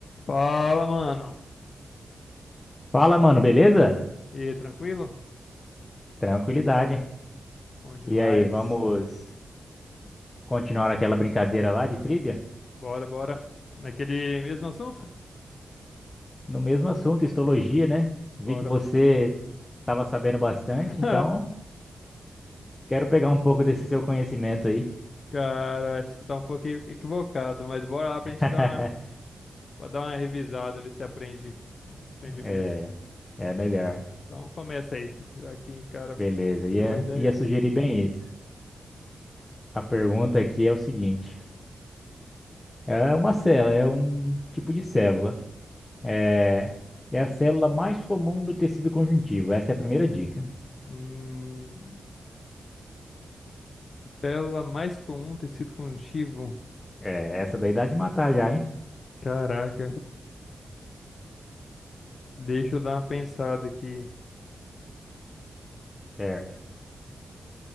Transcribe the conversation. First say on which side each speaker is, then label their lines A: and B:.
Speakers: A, on the left; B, on the left.
A: Fala, mano.
B: Fala, mano, beleza?
A: E aí, tranquilo?
B: Tranquilidade.
A: Bom demais.
B: E aí, vamos continuar aquela brincadeira lá de trivia?
A: Bora, bora. Naquele mesmo assunto?
B: No mesmo assunto, histologia, né? Vi
A: Bora,
B: que você
A: bora.
B: estava sabendo bastante,
A: <laughs>
B: então quero pegar um pouco desse seu conhecimento aí.
A: Cara, acho que você tá um pouquinho equivocado, mas bora lá pra
B: <laughs>
A: gente dar uma, pra dar uma revisada, ver se aprende, aprende
B: É,
A: mesmo.
B: é melhor.
A: Então começa aí, já que, cara,
B: Beleza, ia,
A: deu a ideia.
B: ia sugerir bem isso. A pergunta aqui é o seguinte: é uma célula, é um tipo de célula. É, é a célula mais comum do tecido conjuntivo. Essa é a primeira dica.
A: Hum, tela mais comum, tecido conjuntivo.
B: É, essa daí dá de matar já, hein?
A: Caraca, deixa eu dar uma pensada aqui.
B: Certo.